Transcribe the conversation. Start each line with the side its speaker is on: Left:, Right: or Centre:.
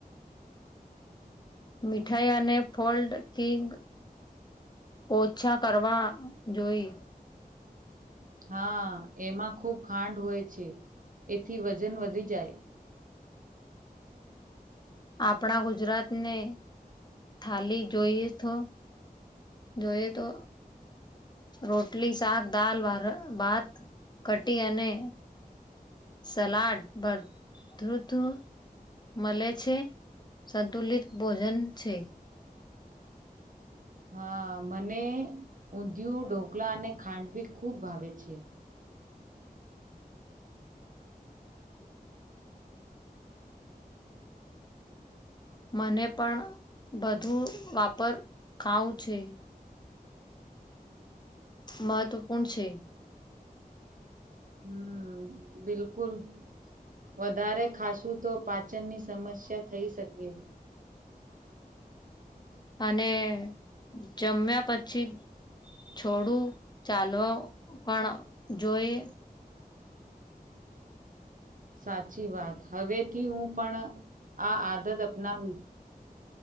Left: મીઠાઈ અને ફોલ્ડ કિંગ ઓછા કરવા જોઈ.
Right: હા એમાં ખુબ ખાંડ હોય છે, એથી વજન વધી જાય.
Left: આપણા ગુજરાતને થાલી જોઈએ તો જોઈએ તો. રોટલી, શાક, દાલ, ભાત, કટી અને સલાડ બધુ તો મલે છે, સંતુલિત ભોજન છે.
Right: હા મને ઉંધિયુ, ઢોકલા અને ખાંડવી ખૂબ ભાવે છે.
Left: મને પણ બધું વાપર ખાવું છે. મહત્વપૂર્ણ છે.
Right: હમ બિલકુલ. વધારે ખાસું તો પાચનની સમસ્યા થઈ શકે.
Left: અને જમ્યા પછી થોડું ચાલવ પણ જોઈ.
Right: સાચી વાત. હવેથી હું પણ આ આદત અપનાવું.